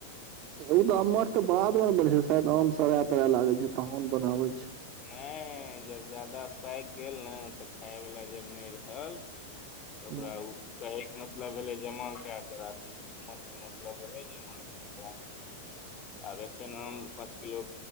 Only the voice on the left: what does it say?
नहि जब जादा पाकि गेल ने तऽ खायवला जब नहि रहल त ओकरा
ओ कहैके मतलब भेलै जमा कए कऽ राखनेके मतलब भेलै जमा कऽ राखू आब एखन आम पाँच किलो